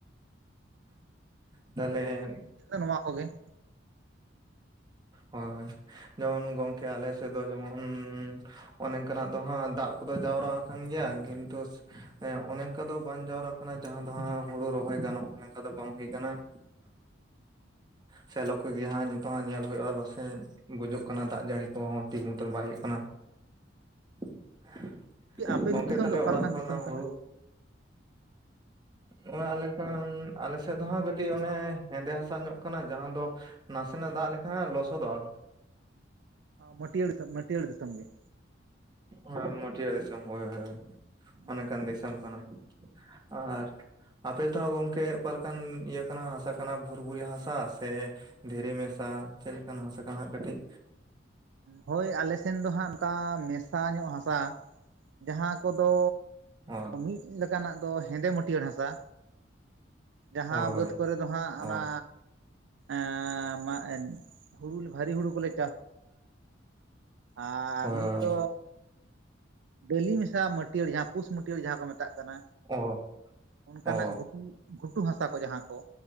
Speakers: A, on the right; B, on the right.
A: ᱛᱟᱦᱞᱮ
B: ᱱᱚᱣᱟ ᱠᱚᱜᱮ,
A: ᱦᱳᱭ ᱡᱮᱢᱚᱱ ᱜᱚᱝᱠᱮ ᱟᱞᱮ ᱥᱮᱫ ᱫᱚ ᱡᱮᱢᱚᱱ ᱚᱱᱮ ᱚᱱᱠᱟᱱᱟᱜ ᱫᱚ ᱦᱟᱸᱜ ᱫᱟᱜ ᱠᱚᱫᱚ ᱡᱟᱣᱨᱟᱣ ᱟᱠᱟᱱ ᱜᱮᱭᱟ, ᱠᱤᱱᱛᱩ ᱚᱱᱮ ᱚᱱᱠᱟ ᱫᱚ ᱵᱟᱝ ᱡᱟᱣᱨᱟ ᱠᱟᱱᱟ ᱡᱟᱦᱟᱸ ᱫᱚ ᱦᱩᱲᱩ ᱨᱚᱦᱚᱭ ᱜᱟᱱᱚᱜ-ᱟ ᱚᱱᱮ ᱚᱱᱠᱟ ᱫᱚ ᱵᱟᱝ ᱦᱩᱭ ᱟᱠᱟᱱᱟ ᱾ ᱥᱮᱞᱳ ᱠᱚᱜᱮ ᱜᱮ ᱦᱟᱸᱜ ᱱᱤᱛᱳᱜ ᱦᱟᱸᱜ ᱧᱮᱞ ᱦᱩᱭᱩᱜᱼᱟ ᱯᱟᱥᱮᱡ ᱜᱩᱡᱩᱜ ᱠᱟᱱᱟ ᱫᱟᱜ ᱡᱟᱹᱲᱤ ᱠᱚᱦᱚᱸ ᱴᱷᱤᱠ ᱢᱚᱛᱚᱱ ᱵᱟᱭ ᱦᱩᱭᱩᱜ ᱠᱟᱱᱟ ᱾
B: ᱟᱯᱮ
A: ᱜᱚᱝᱠᱮ
B: ᱫᱤᱥᱚᱢ
A: ᱛᱟᱦᱞᱮ
B: ᱫᱚ ᱚᱠᱟ
A: ᱚᱲᱟᱜ
B: ᱞᱮᱠᱟᱱ
A: ᱠᱚᱨᱮᱱᱟᱜ
B: ᱫᱤᱥᱚᱢ ᱠᱟᱱᱟ
A: ᱦᱩᱲᱩ ᱱᱚᱜ-ᱚᱭ ᱟᱞᱮ ᱞᱮᱠᱟᱱ ᱟᱞᱮ ᱥᱮᱫ ᱫᱚ ᱦᱟᱸᱜ ᱠᱟᱹᱴᱤᱡ ᱚᱱᱮ ᱦᱮᱸᱫᱮ ᱦᱟᱥᱟ ᱧᱚᱜ ᱠᱟᱱᱟ ᱡᱟᱦᱟᱸ ᱫᱚ ᱱᱟᱥᱮ ᱱᱟᱥᱮ ᱱᱟᱜ ᱫᱟᱜ ᱞᱮᱠᱷᱟᱱ ᱞᱚᱥᱚᱫᱚᱜᱼᱟ ᱾
B: ᱢᱟᱹᱴᱤᱭᱟᱹ ᱫᱤᱥᱚᱢ ᱢᱟᱹᱴᱤᱭᱟᱹᱲ ᱫᱤᱥᱚᱢ ᱜᱮ ᱾
A: ᱦᱮᱸ ᱢᱟᱹᱴᱤᱭᱟ ᱫᱤᱥᱚᱢ ᱦᱳᱭ ᱦᱳᱭ ᱦᱳᱭ ᱾ ᱚᱱᱮ
B: ᱟᱪᱪᱷᱟ
A: ᱚᱱᱠᱟᱱ
B: ᱟᱪᱪᱷᱟ᱾
A: ᱫᱤᱥᱚᱢ ᱠᱟᱱᱟ, ᱟᱨ ᱟᱯᱮ ᱥᱮᱫ ᱫᱚ ᱦᱚᱸᱜ ᱜᱚᱝᱠᱮ ᱚᱠᱟᱞᱮᱠᱟᱱ ᱤᱭᱟᱹ ᱠᱟᱱᱟ ᱦᱟᱥᱟ ᱠᱟᱱᱟ ᱵᱷᱩᱨ ᱵᱷᱩᱨᱤ ᱦᱟᱥᱟ ᱥᱮ ᱫᱷᱤᱨᱤ ᱢᱮᱥ ᱦᱟᱥᱟ ᱪᱮᱫ ᱞᱮᱠᱟᱱ ᱦᱟᱥᱟ ᱠᱟᱱᱟ ᱦᱟᱸᱜ ᱠᱟᱹᱴᱤᱡ
B: ᱦᱳᱭ ᱟᱞᱮ ᱥᱮᱱ ᱫᱚ ᱦᱟᱸᱜ ᱚᱱᱠᱟ ᱢᱮᱥᱟ ᱧᱚᱜ ᱦᱟᱥᱟ᱾ ᱡᱟᱦᱟᱸ ᱠᱚᱫᱚ
A: ᱦᱳᱭ
B: ᱢᱤᱫ ᱞᱮᱠᱟᱱᱟᱜ ᱫᱚ ᱦᱮᱸᱫᱮ ᱢᱟᱹᱴᱭᱟᱹᱲ ᱦᱟᱥᱟ᱾ ᱡᱟᱦᱟᱸ
A: ᱦᱳᱭ
B: ᱵᱟᱹᱫᱽ ᱠᱚᱨᱮ ᱫᱚ ᱦᱟᱸᱜ
A: ᱦᱳᱭ
B: ᱚᱱᱟ
A: ᱚ
B: ᱮ ᱢᱟ ᱮ ᱦᱩᱲᱩ ᱵᱷᱟᱨᱤ ᱦᱩᱲᱩ ᱠᱚ ᱞᱮ ᱟᱨ
A: ᱦᱳᱭ
B: ᱢᱤᱫ
A: ᱦᱳᱭ
B: ᱫᱚ ᱰᱟᱹᱞᱤ ᱢᱮᱥᱟ ᱢᱟᱹᱴᱭᱟᱹᱲ ᱡᱟᱦᱟᱸ ᱯᱩᱥ ᱢᱟᱹᱴᱭᱟᱹᱲ ᱡᱟᱦᱟᱸ ᱠᱚ ᱢᱮᱛᱟᱜ ᱠᱟᱱᱟ᱾
A: ᱚ
B: ᱚᱱᱠᱟᱱᱟᱜ
A: ᱚ
B: ᱜᱷᱩᱴᱩ ᱜᱷᱩᱴᱩ ᱦᱟᱥᱟ ᱠᱚ ᱡᱟᱦᱟᱸ ᱠᱚ